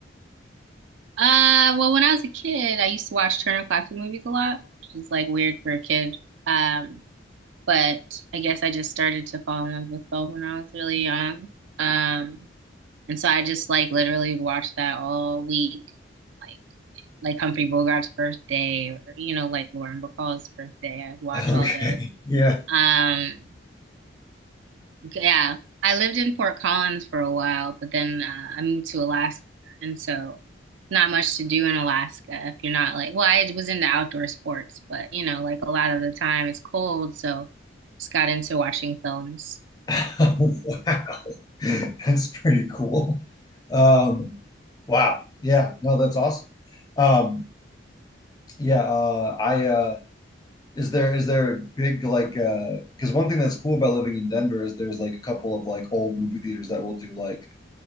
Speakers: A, on the right; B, on the left.
A: Uh, well, when I was a kid, I used to watch Turner Classic movies a lot, which is like weird for a kid. Um, but I guess I just started to fall in love with film when I was really young. Um, and so I just like literally watched that all week, like like Humphrey Bogart's birthday or you know like Lauren Bacall's birthday. I watch
B: Okay,
A: all day.
B: yeah,
A: Um, yeah, I lived in Fort Collins for a while, but then uh, I moved to Alaska, and so not much to do in Alaska if you're not like. Well, I was into outdoor sports, but you know like a lot of the time it's cold, so just got into watching films.
B: <laughs> wow, that's pretty cool. Um, wow, yeah, no, that's awesome. Um, yeah, uh, I uh, is there is there a big like uh, because one thing that's cool about living in Denver is there's like a couple of like old movie theaters that will do like